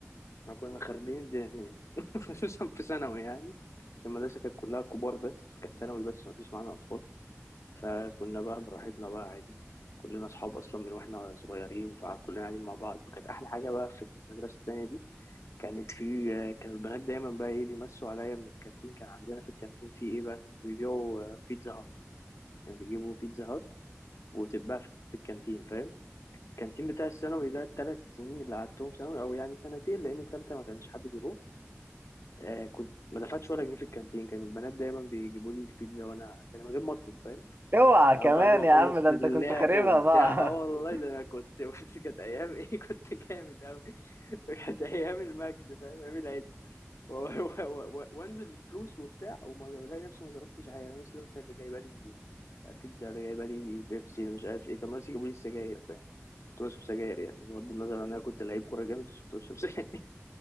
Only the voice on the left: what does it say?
احنا كنا خاربين الدنيا <laughs> خصوصا في ثانوي يعني المدرسة كانت كلها كبار بس كانت ثانوي بس ما فيش معانا أطفال فكنا بقى براحتنا بقى عادي كلنا أصحاب أصلا من وإحنا صغيرين فكلنا قاعدين مع بعض وكانت أحلى حاجة بقى في المدرسة التانية دي كانت في كان البنات دايما بقى إيه بيمسوا عليا من الكانتين كان عندنا في الكانتين في إيه بقى كانوا بيبيعوا آه، بيتزا هات كانوا بيجيبوا بيتزا هات وتتباع في الكانتين فاهم كان التيم بتاع الثانوي ده الثلاث سنين اللي قعدتهم ثانوي او يعني سنتين لان ثالثه ما كانش حد بيروح آه كنت ما دفعتش ولا جنيه في الكانتين كانوا البنات دايما بيجيبوا لي البيتزا وانا كان من غير ما اطلب فاهم
آه
بعد ما اخلص
اللعب
وبتاع
اه والله
ده انا كنت <laughs> بس كانت ايام ايه <laughs> كنت جامد قوي كانت ايام المجد فاهم ايام العز و- و- و- و- وانزل بفلوس وبتاع وما بلاقي نفسي ما صرفتش حاجه انا نفسي مثلا اللي جايبه لي بيتزا اللي جايبه لي بيبسي اللي مش عارف ايه كان ناقص يجيبوا لي السجاير فاهم كنت بشرب سجاير يعني بغض النظر عن انا كنت لعيب كوره جامد بس كنت بشرب سجاير